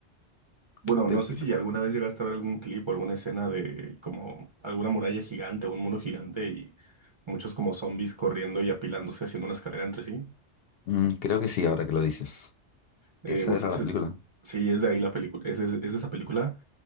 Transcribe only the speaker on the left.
<laughs>
De que-
de-
Mm, creo que sí, ahora que lo dices.
Esa
era
la película.